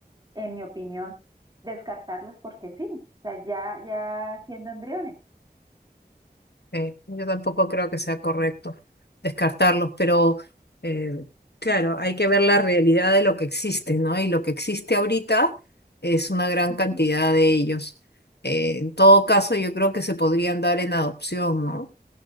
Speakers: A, on the right (about 25°); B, on the left (about 80°).
A: en mi opinión, descartarlos porque sí, o sea, ya, ya siendo embriones.
B: Sí, yo tampoco creo que sea correcto descartarlos, pero eh, claro, hay que ver la realidad de lo que existe, ¿no? Y lo que existe ahorita es una gran
A: Ujú,
B: cantidad de ellos. Eh, en todo caso, yo creo que se podrían dar en adopción, ¿no?